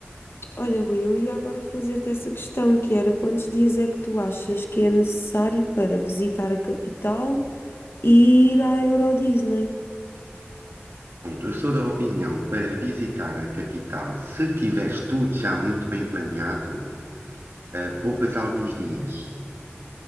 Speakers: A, on the left; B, on the right.
A: Olha, Rui, eu ia agora fazer-te essa questão, que era quantos dias é que tu achas que é necessário para visitar a capital e ir à Euro Disney?
B: Pronto, eu sou da opinião para visitar a capital, se tiveres tudo já muito bem planeado, eh, poupas alguns dias.